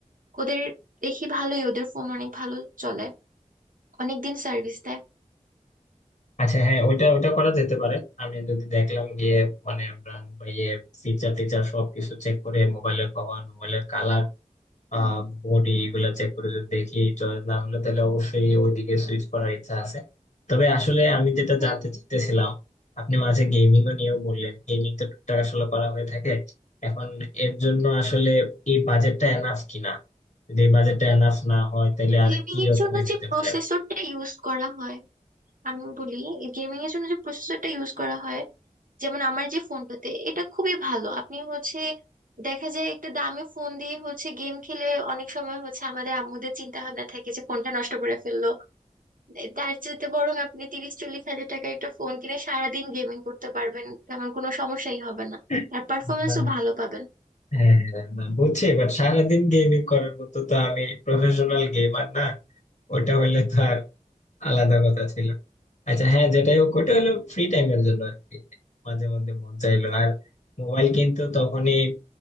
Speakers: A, on the right; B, on the left.
A: ওদের দেখি ভালোই ওদের ফোন অনেক ভালো চলে অনেক দিন সার্ভিস দেয়
B: আচ্ছা হ্যাঁ ওইটা ওটা করা যেতে পারে আমি যদি দেখলাম গিয়ে মানে ব্র্যান্ড বা ইয়ে ফিচার টিচার সবকিছু চেক করে মোবাইলের পাওয়ার মোবাইলের কালার, আহ
A: হুম
B: বডি এগুলা চেক করে যদি দেখি চয়েস না হলো তাহলে অবশ্যই ওইদিকে সুইচ করার ইচ্ছা আছে তবে আসলে আমি যেটা
A: হুম
B: জানতে চাইতেছিলাম আপনি মাঝে গেমিং ও নিয়েও বললেন গেমিং তো টুকটাক আসলে করা হয়ে থাকে এখন এর জন্য আসলে এই বাজেটটা এনাফ কিনা যদি এই বাজেটটা এনাফ না হয় তাহলে আর
A: গেমিং
B: কি
A: এর
B: রকমের
A: জন্য
B: হইতে
A: যে প্রসেসরটা
B: পারে
A: ইউজ করা হয় আমি বলি গেমিং এর জন্য যে প্রসেসরটা ইউজ করা হয় যেমন আমার যে ফোনটাতে এটা খুবই ভালো আপনি হচ্ছে দেখা যায় একটা দামি ফোন দিয়ে হচ্ছে গেম খেলে অনেক সময় হচ্ছে আমাদের আম্মুদের চিন্তা ভাবনা থাকে যে ফোনটা নষ্ট করে ফেললো তার চাইতে বরং আপনি তিরিশ চল্লিশ হাজার টাকার একটা ফোন কিনে সারাদিন গেমিং করতে পারবেন তেমন কোনো সমস্যাই হবে না
B: <laughs>
A: আর পারফরমেন্সও
B: উম,
A: ভালো পাবেন
B: হ্যাঁ না, বুঝছি বাট সারাদিন গেমিং করার মতো তো আমি প্রফেশনাল গেমার না ওটা হইলে তো আর আলাদা কথা ছিল আচ্ছা হ্যাঁ যেটাই হোক ওটা হলো ফ্রি টাইমের জন্য আর কি মাঝে মধ্যে মন চাইলো আর মোবাইল কিন্তু তখনই